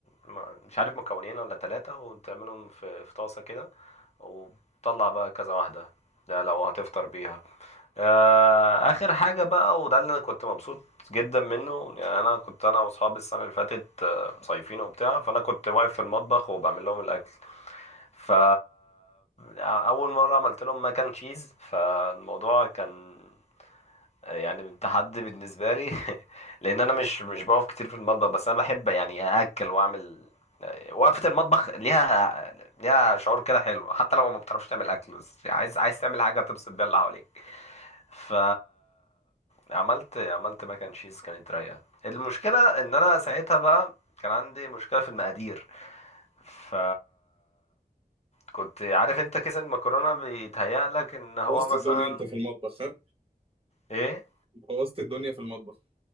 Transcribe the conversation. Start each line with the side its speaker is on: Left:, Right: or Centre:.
Left: ما مش عارف مكونين ولا ثلاثة وتعملهم في في طاسة كده وتطلع بقى كذا واحدة ده لو هتفطر بيها آه آخر حاجة بقى وده اللي أنا كنت مبسوط جدا منه يعني أنا كنت أنا وأصحابي السنة اللي فاتت آه، مصيفين وبتاع فأنا كنت واقف في المطبخ وبعمل لهم الأكل فا أول مرة عملت لهم ماكن تشيز فالموضوع كان يعني تحدي بالنسبه لي <laughs> لان انا مش مش بقف كتير في المطبخ بس انا بحب يعني ااكل واعمل وقفه المطبخ ليها ليها شعور كده حلو حتى لو ما بتعرفش تعمل اكل بس عايز عايز تعمل حاجه تبسط بيها اللي حواليك ف عملت عملت ماك اند تشيز كانت رايقه المشكله ان انا ساعتها بقى كان عندي مشكله في المقادير ف كنت عارف انت كيس المكرونه بيتهيأ لك ان هو
Right: بوظت
Left: مثلا
Right: الدنيا انت في المطبخ ها
Left: ايه
Right: بوظت الدنيا في المطبخ